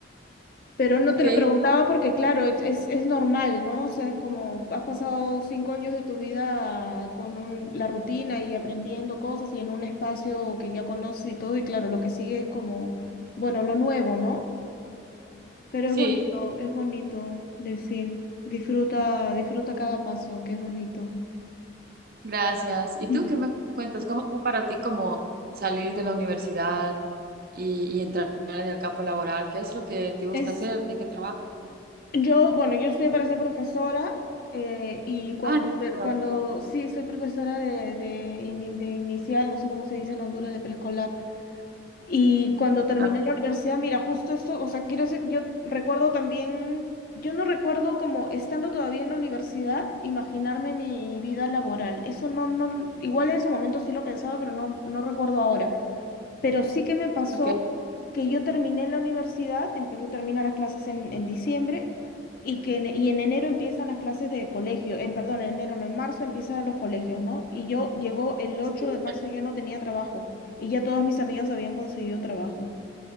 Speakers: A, on the left; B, on the right.
A: Pero no
B: Ok,
A: te lo preguntaba porque, claro, es, es es normal, ¿no? O sea, es como has pasado cinco años de tu vida con un- la rutina y aprendiendo cosas y en un espacio que ya conoces y todo, y claro, lo que sigue es como, bueno, lo nuevo, ¿no? Pero
B: sí,
A: es bonito, es bonito decir, disfruta, disfruta cada paso, que es bonito.
B: gracias. ¿Y
A: Mm.
B: tú qué me cuentas? ¿Cómo fue para ti como salir de la universidad y, y entrar en el campo laboral? ¿Qué es lo que te gusta
A: Es,
B: hacer? ¿De qué trabajas?
A: yo, bueno, yo estudié para ser profesora eh, y cuando,
B: Ah, ¿en
A: ter-
B: serio?
A: cuando sí, soy profesora de, de, ini- de inicial, no sé cómo se dice en Honduras, de preescolar. Y cuando terminé
B: Ah,
A: la universidad, mira, justo esto, o sea, quiero decir, yo recuerdo también, yo no recuerdo como estando todavía en la universidad, imaginarme mi vida laboral. Eso no, no, igual en su momento sí lo pensaba, pero no, no recuerdo ahora. Pero sí que me pasó
B: ok.
A: que yo terminé la universidad, en Perú terminan las clases en, en diciembre y que en, y en enero empiezan las clases de colegio, en perdón, en enero no, en marzo empiezan los colegios, ¿no? Y yo llegó el ocho
B: Sí, ok.
A: de marzo y yo no tenía trabajo y ya todas mis amigas habían conseguido trabajo.